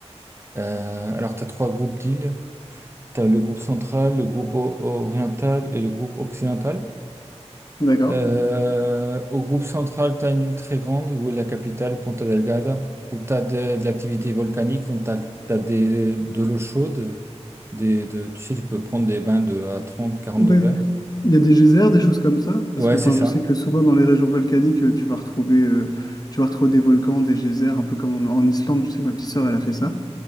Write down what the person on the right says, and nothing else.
Euh, alors, tu as trois groupes d'îles. Tu as le groupe central, le groupe o- oriental et le groupe occidental.
Euh, au groupe central, tu as une île très grande où est la capitale, Ponta Delgada, où tu as de, de l'activité volcanique, donc tu as, des, de l'eau chaude. Des, de, tu sais, tu peux prendre des bains de à 30 40
degrés.
Ouais,
c'est ça.